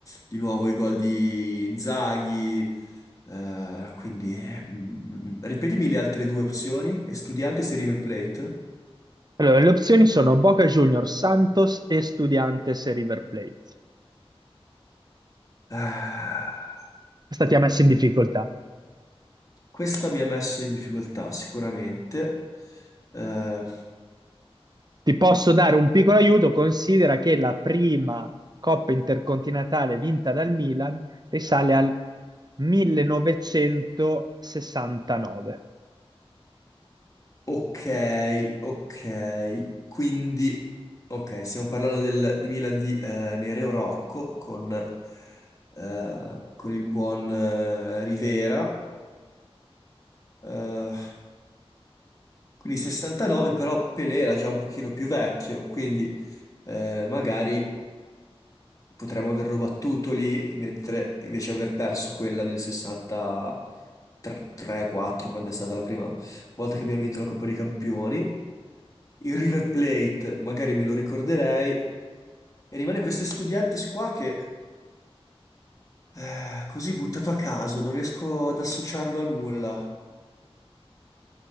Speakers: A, on the left; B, on the right.
A: di nuovo i gol di Inzaghi, eh, quindi eh, mm, mm, ripetimi le altre due opzioni, Estudiantes e River Plate.
B: Allora, le opzioni sono Boca Juniors, Santos, Estudiantes e River Plate.
A: Ah,
B: Questa ti ha messo in difficoltà.
A: questa mi ha messo in difficoltà sicuramente. Eh,
B: Ti posso dare un piccolo aiuto, considera che la prima Coppa Intercontinentale vinta dal Milan risale al 1969.
A: ok, ok, quindi ok, stiamo parlando del Milan di eh, Nereo Rocco con, eh, con il buon eh, Rivera. Eh, Quindi 69, però Pelé era già un pochino più vecchio, quindi eh, magari potremmo averlo battuto lì, mentre invece aver perso quella del 63-4, quando è stata la prima volta che abbiamo vinto la Coppa dei Campioni. Il River Plate, magari me lo ricorderei. E rimane questo Estudiantes qua che, eh, così buttato a caso, non riesco ad associarlo a nulla.